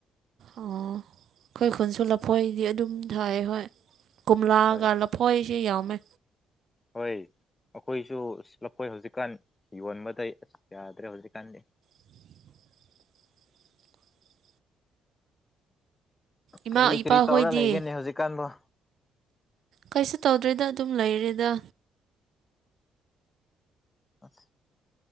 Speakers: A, on the right; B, on the left.
A: ꯑꯣꯑꯣ ꯑꯩꯈꯣꯏ ꯈꯨꯟꯁꯨ ꯂꯐꯣꯏꯗꯤ ꯑꯗꯨꯝ ꯊꯥꯏꯌꯦ ꯍꯣꯏ ꯀꯣꯝꯂꯥꯒ
B: ꯍꯣꯏ
A: ꯂꯐꯣꯏꯖꯦ ꯌꯥꯎꯃꯦ
B: ꯍꯣꯏ ꯑꯩꯈꯣꯏꯁꯨ ꯂꯐꯣꯏ ꯍꯧꯖꯤꯛꯀꯥꯟ ꯌꯣꯟꯕꯗ ꯑꯁ ꯌꯥꯗ꯭ꯔꯦ ꯍꯧꯖꯤꯛꯀꯥꯟꯗꯤ
A: <inaudible> ꯏꯃꯥ
B: ꯀꯔꯤ
A: ꯏꯄꯥꯍꯣꯏꯗꯤ
B: ꯀꯔꯤ ꯇꯧꯔ ꯂꯩꯒꯅꯦ ꯍꯧꯖꯤꯛꯀꯥꯟꯕꯨ
A: ꯀꯩꯁꯨ ꯇꯧꯗ꯭ꯔꯔꯤꯗ ꯑꯗꯨꯝ ꯂꯩꯔꯦꯗ
B: ꯑꯁ